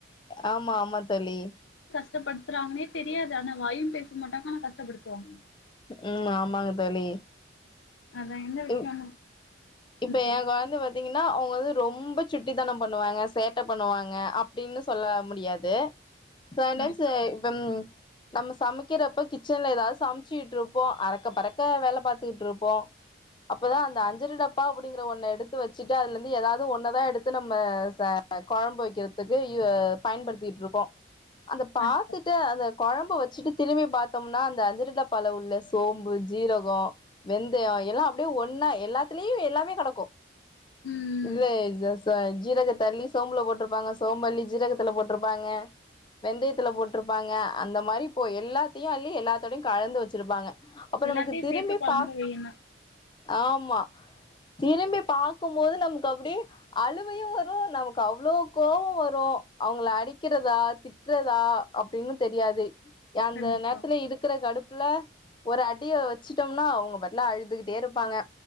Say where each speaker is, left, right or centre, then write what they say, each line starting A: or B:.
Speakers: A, on the left (about 25°); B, on the left (about 70°).
A: ஆமா ஆமாத் தோழி
B: கஷ்டப்படுத்துறாங்னே தெரியாது ஆனா வாயு பேச மாட்டாங்க ஆனா கஷ்டப்படுத்துவாங்க
A: ம் ஆமாங்க தோழி
B: அதா எந்த விஷயம்னு
A: இப்
B: நீங்க
A: இப்ப
B: சொல்றீங்களா
A: எ கொழந்த பாத்தீங்கன்னா அவங்க வந்து ரொம் ரொம்ப சுட்டித்தனோ பண்ணுவாங்க சேட்ட பண்ணுவாங்க அப்டின்னு சொல்ல முடியாது செல
B: கண்டிப்பா
A: டைம்ஸ்
B: தோழி
A: இப்பம் நம்ம சமைக்கிறப்ப கிச்சன்ல ஏதாது சம்சுட்ருப்போ அரக்க பறக்க வேல பாத்துகிட்ருப்போ அப்பதா அந்த அஞ்ஜர டப்பா அப்டிங்கிற ஒன்ன எடுத்து வச்சிட்டு அதுல இருந்து ஏதாது ஒன்னதா எடுத்து நம்ம ச கொழம்பு வைக்கிறதுக்கு யூ பயன்படுத்திட்டு இருப்போ அந்த
B: கண்டிப்பா
A: பாத்துட்டு அந்த கொழம்ப வச் சிட்டு திரும்பி பாத்தோம்னா அந்த அஞ்சர டப்பால உள்ள சோம்பு ஜீரகோ வெந்தயா எல்லாப் அப்டே ஒன்னா எல்லாத்லியு எல்லாமே கடக்கு
B: ம்
A: இதுலே எக்சாஸ் த ஜீரகத்த அள்ளி சோம்புல போட்ருப்பாங்க சோம் அள்ளி ஜீரகத்துல போட்ருப்பாங்க வெந்தயத்துல போட்ருப்பாங்க அந்தம் மரி போ எல்லாத்யு அள்ளி எல்லாத்தோடயு கலந்து வச்சிருப்பாங்க அப்ப
B: எல்லாத்தியு
A: நமக்கு திரும்பி
B: சேத்து கொழம்ப
A: பாக்
B: வெய்யன்னா
A: ஆமா திரும்பி பாக்குமோது நமுக்கு அப்டி அழுவையு வரு நமக்கு அவ்ளோ கோவ வரு அவுங்குல அடிக்கிறதா திட்றதா அப்டின்னு தெர்யாது யாந்த
B: கண்டிப்பா
A: நேர்த்துல இருக்குற கடுப் ல்ல ஒரு அடிய வச்சிட்டம்னா அவுங்க பட்லா அழுதுகுட் டேருப்பாங்க